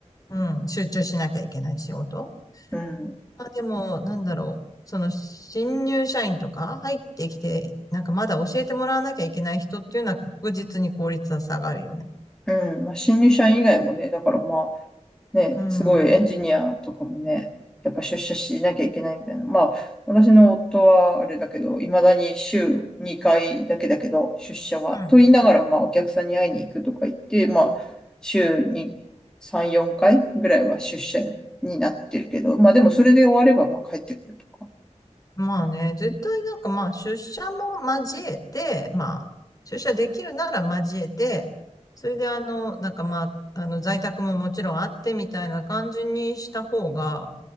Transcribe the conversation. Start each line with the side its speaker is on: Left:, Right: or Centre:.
Left: うん、集中しなきゃいけない仕事。
Centre: うん。
Left: まあでも、なんだろう、その、新入社員とか入ってきて、なんかまだ教えてもらわなきゃいけない人っていうのは確実に効率は下がるよね。
Centre: うん、まあ、新入社員以外もね、だからまあ、ね、
Left: うん。
Centre: すごいエンジニアとかもね、
Left: うん。
Centre: やっぱ出社しなきゃいけないみたいな。まあ、私の夫はあれだけど、いまだに週2回だけだけど、出社は。
Left: うん。
Centre: と言いながら、まあ、お客さんに会いに行くとか言って、まあ、週に3、4回ぐらいは出社になってるけど、まあ、でもそれで終われば、まあ、帰ってくるとか。
Left: まあね、絶対なんかまあ出社も交えて、まあ出社できるなら交えて、それであの、なんかまあ、あの在宅ももちろんあってみたいな感じにした方が、